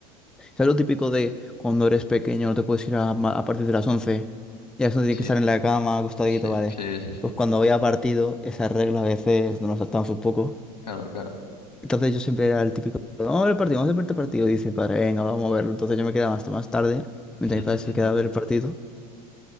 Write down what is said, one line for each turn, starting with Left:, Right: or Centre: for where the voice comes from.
Centre: Es lo típico de cuando eres pequeño no te puedes ir a, ma- a partir de las once Ya eso tienes
Left: Sí,
Centre: que estar en la cama, acostadito,
Left: sí,
Centre: ¿vale?
Left: sí, sí, sí.
Centre: Pues cuando había partido, esa regla a veces nos la saltamos un poco.
Left: Claro, claro.
Centre: Entonces yo siempre era el típico, vamos a ver el partido, vamos a ver el partido. Y dice, mi padre, venga, vamos a verlo. Entonces yo me quedaba hasta más tarde, mientras
Left: <laughs>
Centre: mi padre se quedaba a ver el partido.